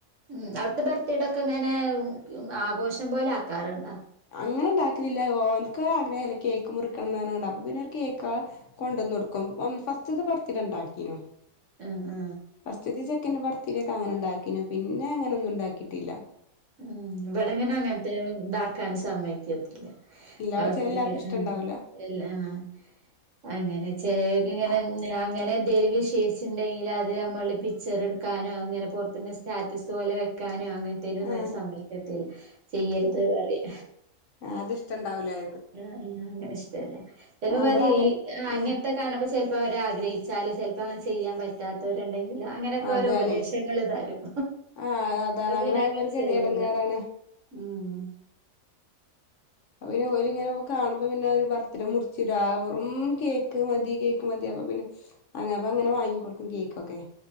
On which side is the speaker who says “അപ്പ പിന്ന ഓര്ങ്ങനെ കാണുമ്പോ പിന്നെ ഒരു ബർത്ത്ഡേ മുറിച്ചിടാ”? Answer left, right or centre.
Left